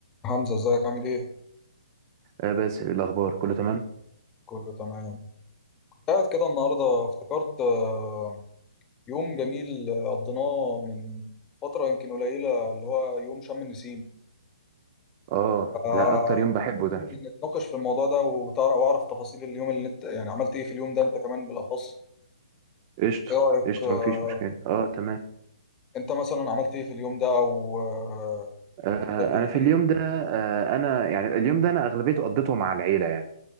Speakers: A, on the left (about 15°); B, on the right (about 30°).
A: حمزة ازيك عامل ايه؟
B: آه بس الأخبار كله تمام
A: كله تمام كنت قاعد كده النهاردة افتكرت آه، يوم جميل آه، قضيناه من فترة يمكن قليلة اللي هو يوم شم النسيم
B: اه
A: آه،
B: ده أكتر يوم بحبه
A: ممكن
B: ده
A: نتناقش في الموضوع ده وتعرف واعرف تفاصيل اليوم اللي انت يعني عملت ايه في اليوم ده انت كمان بالأخص
B: قشطة
A: ايه رأيك
B: قشطة
A: آه،
B: مفيش مشكلة اه تمام
A: انت مثلا عملت ايه في اليوم ده او آه،
B: آه
A: اتغديت
B: أنا في
A: ايه؟
B: اليوم ده آه أنا يعني اليوم ده أنا أغلبيته قضيته مع العيلة يعني